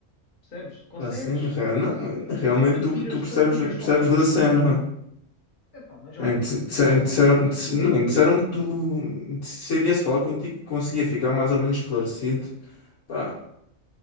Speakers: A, on the left; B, on the left.
A: percebes? Consegues,
B: Assim, re- não, realmente
A: tanto
B: tu,
A: tiras,
B: tu percebes,
A: tanto tiras
B: percebes
A: fotos,
B: da cena.
A: epá, mais ou
B: É,
A: menos
B: dis-
A: também,
B: disse-
A: não,
B: Disseram, disse- não, disseram que tu, se eu viesse falar contigo, conseguia ficar mais ou menos esclarecido. Pá,